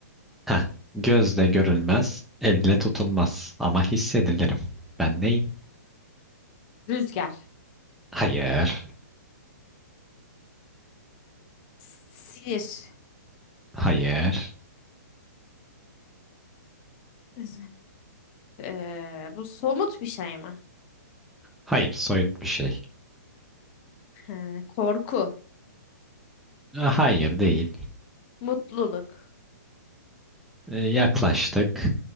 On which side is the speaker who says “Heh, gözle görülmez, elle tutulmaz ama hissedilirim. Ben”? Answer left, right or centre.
Centre